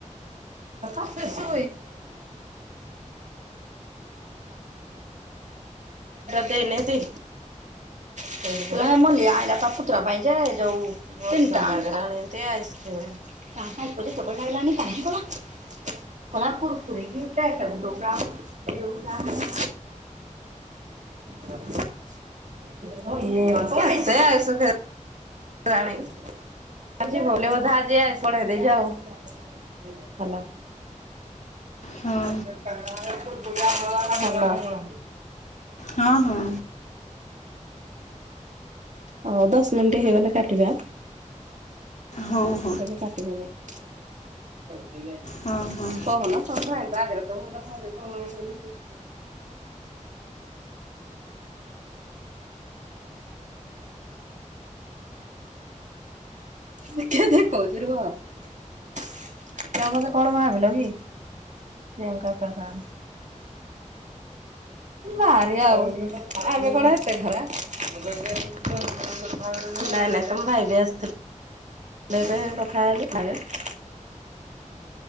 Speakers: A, on the right; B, on the left.
A: <unintelligible> ପାଠର ଏଟା ଦେଇନାହାନ୍ତି। <unintelligible> କାହା ପରେ ସବଳ ଲାଗିଲଣି କାହିଁ ପରା। କୋଲାପର <unintelligible> <unintelligible> <unintelligible> ଭଲ।
B: ହଁ
A: <inaudible>
B: ହଁ ହଁ।
A: ହଉ ଦଶ ମିଣ୍ଟି ହେଇଗଲେ କାଟିବା।
B: ହଁ।
A: ଏବେ କାଟିବେ ନାଇ।
B: ହଁ ହଁ।
A: କହୁନ ତମ ଭାଇ ଙ୍କ ଆଗରେ <unintelligible> ହ ଦେଖେ ଦେଖଉଚି ରୁହ। ତମେ ମତେ କଣ ଭାବିଲ କି ପ୍ରିୟଙ୍କା ପ୍ରଧାନ। ଭାରି ଆଉ ଆମେ କଣ ଏତେ ଖରାପ। ନାଇଁ ନାଇଁ ତମ ଭାଇ ବି ଆସିଥିଲେ ଏବେ କଥା ହେଲି <inaudible>